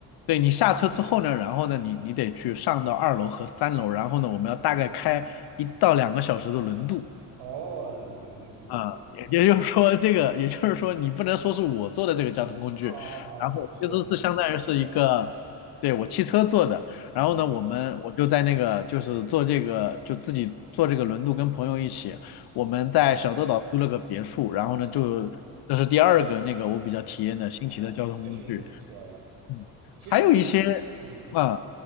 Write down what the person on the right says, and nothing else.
哦，理解了，
理解了。
啊啊啊啊！
是你的车做的，
对，
是是。
啊，嗯明白了，确实是不错的。
其实
嗯